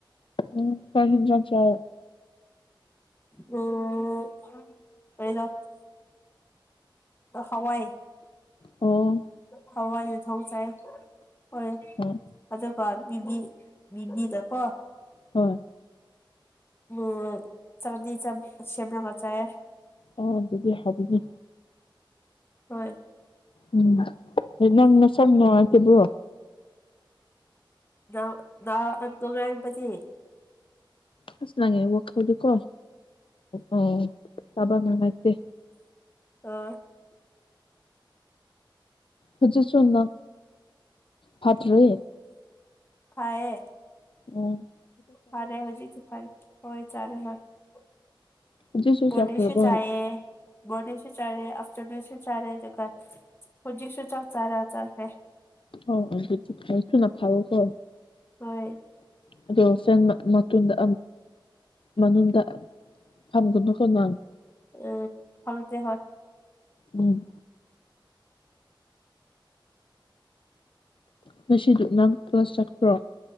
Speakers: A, on the left; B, on the left.
A: ꯎꯝ ꯀꯩ ꯍꯤꯟꯖꯥꯡ ꯆꯥꯌꯦ
B: ꯑꯣꯝ ꯑꯩꯗ ꯍꯋꯥꯏ
A: ꯑꯣ
B: ꯍꯋꯥꯏ ꯌꯨ ꯊꯣꯡ ꯆꯌꯦ ꯍꯣꯏ
A: ꯎꯝ
B: ꯑꯗꯨꯒꯕꯤꯕꯤ ꯕꯤꯗꯀꯣ
A: ꯍꯣꯏ
B: ꯎ ꯆꯥꯛꯅꯇꯤ ꯆꯞ ꯁꯦꯝꯔꯒ ꯆꯌꯦ
A: ꯑꯣ ꯑꯗꯨꯗꯤ ꯍꯧꯕꯅꯤ
B: ꯍꯣꯏ
A: ꯎꯝ ꯅꯪ ꯅꯁꯝ ꯅꯨꯡꯉꯇꯦꯕ꯭ꯔꯣ
B: ꯇꯉ ꯄꯗꯤ
A: ꯐꯁ ꯂꯉꯦ ꯋꯥ ꯈꯜꯗꯨ ꯀꯣ ꯑꯣ ꯇꯕ ꯃꯉꯥꯏꯇꯦ
B: ꯑ
A: ꯍꯖꯤ ꯆꯣꯟ ꯅ ꯐꯠ ꯔꯦ
B: ꯐꯌꯦꯦ
A: ꯎꯝ
B: ꯐꯔꯦ ꯍꯧꯖꯤꯛꯗꯤ ꯐꯔ ꯍꯣꯏ ꯆꯔꯦ ꯐꯔ
A: ꯍꯧꯖꯤꯛꯁꯨ ꯆꯥꯈ꯭ꯔꯕꯣ
B: ꯣꯗꯤꯔꯤꯁ ꯆꯌꯦ ꯗꯤꯔꯤꯁ ꯆꯔ ꯁꯨ ꯆꯥꯔꯦ ꯑꯗꯨꯒ ꯍꯧꯖꯤꯛꯁꯨ ꯆꯥꯛ ꯆꯥꯔꯦ ꯆꯠꯈ꯭ꯔꯦ
A: ꯑꯣ ꯑꯗꯨꯗꯤ ꯊꯁꯨ ꯅꯊꯥꯎ ꯀꯣ
B: ꯍꯣꯏ
A: ꯑꯗꯣ ꯁꯦꯟ ꯃꯇꯨꯡꯗ ꯃꯅꯗ ꯐꯝꯒꯅ ꯀꯅꯥꯪ
B: ꯎꯝ ꯐꯪꯇ ꯍ
A: ꯎꯝ ꯉꯁꯤꯗꯨ ꯅꯪꯄ ꯆꯄ꯭ꯔꯣ